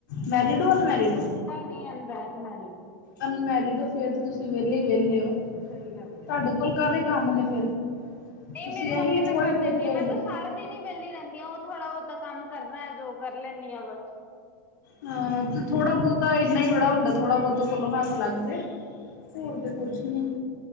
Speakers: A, on the left; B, on the left.
A: ਮੈਰਿਡ ਹੋ ਅਨਮੈਰਿਡ? ਹੋ
B: ਨਹੀਂ-ਨਹੀਂ ਅਦਾ ਮੇਰੀਡ।
A: ਅਨਮੈਰਿਡ ਹੋ ਫੇਰ ਤੁਸੀਂ ਵਿਹਲੇ ਹੀ ਵਿਹਲੇ ਹੋ?
B: ਸਹੀ ਗੱਲ ਹੈ।
A: ਤੁਹਾਡੇ ਕੋਲ ਕਾਹਦੇ ਕੰਮ ਨੇ ਫਿਰ।
B: ਇਹ
A: ਤੁਸੀਂ
B: ਮੇਰੀ
A: ਇਹੀ
B: ਮੰਮੀ
A: ਹੈ
B: ਤਾਂ
A: ਥੋੜ੍ਹੇ
B: ਕਰ
A: ਬਹੁਤੇ
B: ਦਿੰਦੀ ਆ ਮੈਂ ਤਾਂ ਸਾਰਾ ਦਿਨ ਹੀ ਵਿਹਲੀ ਰਹਿੰਦੀ ਹਾਂ ਉਹ ਥੋੜ੍ਹਾ ਬਹੁਤਾ ਕੰਮ ਕਰਨਾ ਹੈ ਜੋ। ਕਰ ਲੈਂਦੀ ਆ ਬਸ।
A: ਹਾਂ ਤੇ ਥੋੜਾ ਬਹੁਤਾ ਇੰਨਾ ਹੀ ਬੜਾ ਹੁੰਦਾ ਥੋੜਾ ਬਹੁਤਾਲੋਂ ਹੱਥ ਲੱਗ ਜੇ।
B: ਸਹੀ
A: ਹੋਰ
B: ਗੱਲ
A: ਤੇ ਕੁਛ
B: ਏ,
A: ਨੀ।